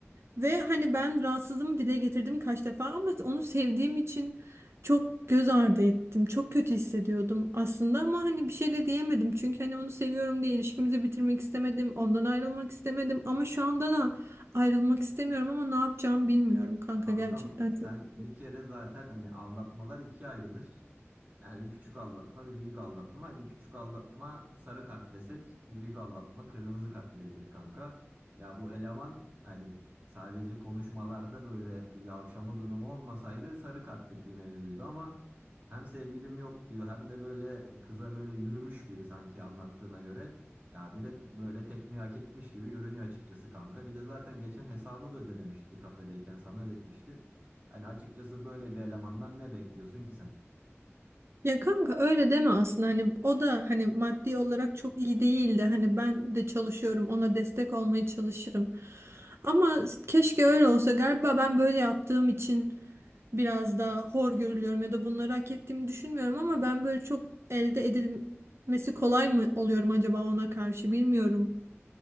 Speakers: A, on the right (about 65°); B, on the right (about 35°).
A: Ve hani ben rahatsızlığımı dile getirdim kaç defa ama onu sevdiğim için çok göz ardı ettim. Çok kötü hissediyordum aslında ama hani bir şey de diyemedim. Çünkü hani onu seviyorum diye ilişkimizi bitirmek istemedim. Ondan ayrılmak istemedim ama şu anda da ayrılmak istemiyorum ama ne yapacağımı bilmiyorum kanka
B: Kankam
A: gerçekten
B: sen
A: çok kötü.
B: bir kere zaten hani aldatmalar ikiye ayrılır. Yani bir küçük aldatma bir büyük aldatma. Hadi küçük aldatma sarı kart desek büyük aldatma kırmızı kart verilir kanka. Ya bu eleman hani sadece konuşmalarda böyle bir yavşama durumu olmasaydı sarı kartlık bir mevzuydu ama hem sevgilim yok diyor hem de böyle kıza böyle yürümüş gibi sanki anlattığına göre. Ya direkt böyle tekmeyi hak etmiş gibi görünüyor açıkçası kanka. Bir de zaten geçen hesabı da ödememişti kafedeyken sana ödetmişti. Hani açıkçası böyle bir elemandan ne bekliyorsun ki sen?
A: Ya kanka öyle deme aslında hani o da hani maddi olarak çok iyi değildi. Hani ben de çalışıyorum ona destek olmaya çalışırım. Ama keşke öyle olsa galiba ben böyle yaptığım için biraz daha hor görülüyorum ya da bunları hak ettiğimi düşünmüyorum ama ben böyle çok elde edilmesi kolay mı oluyorum acaba ona karşı bilmiyorum.